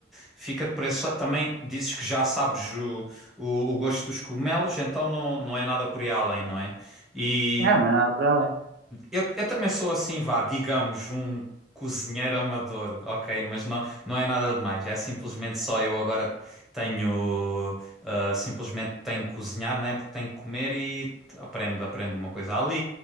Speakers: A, in the centre; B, on the right.
A: fica-te por esse... Também dizes que já sabes o, o, o gosto dos cogumelos, então não, não é nada por aí além, não é? E
B: É, não é nada para além.
A: eu, eu também sou assim, vá, digamos, um cozinheiro amador, ok? Mas não, não é nada demais. É simplesmente só eu agora tenho. ah, simplesmente tenho que cozinhar, né? Porque tenho que comer e aprendo, aprendo uma coisa ali.